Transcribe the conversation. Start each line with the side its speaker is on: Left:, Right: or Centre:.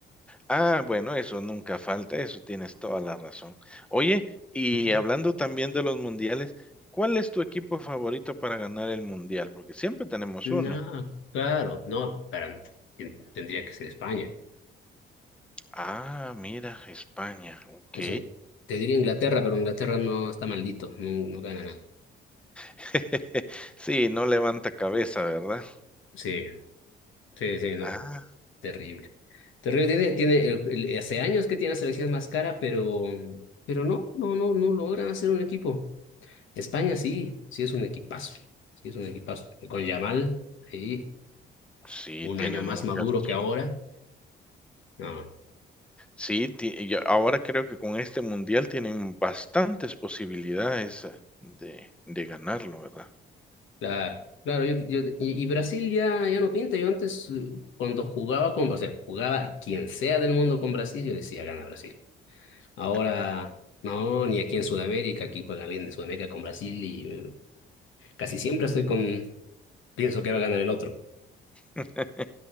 Centre: Ah, bueno, eso nunca falta, eso tienes toda la razón. Oye, y
Left: Sí.
Centre: hablando también de los mundiales, ¿cuál es tu equipo favorito para ganar el mundial? Porque siempre tenemos
Left: No,
Centre: uno.
Left: claro, no, para, tendría que ser España.
Centre: Ah, mira, España, ok.
Left: O sea, te diría Inglaterra, pero Inglaterra no está maldito, no, no gana nada.
Centre: <laughs> Sí, no levanta cabeza, ¿verdad?
Left: Sí, Sí, sí, no,
Centre: Ah,
Left: terrible. Terrible, tiene, tiene, el- el- hace años que tiene la selección más cara, pero, pero no, no, no, no logran hacer un equipo. España sí, sí es un equipazo, sí es un equipazo. Y con Yamal, sí,
Centre: sí,
Left: un
Centre: tienen
Left: año más
Centre: mucha
Left: maduro
Centre: razón.
Left: que ahora. No,
Centre: Sí, ti- y ahora creo que con este mundial tienen bastantes posibilidades eh, de, de ganarlo, ¿verdad?
Left: claro, claro, yo, yo- y, y Brasil ya, ya no pinta. Yo antes, eh, cuando jugaba con, o sea, jugaba quien sea del mundo con Brasil, yo decía, gana Brasil. Ahora...
Centre: Claro.
Left: No, ni aquí en Sudamérica, aquí juega alguien de Sudamérica con Brasil Casi siempre estoy con, pienso que va a ganar el otro.
Centre: <laughs>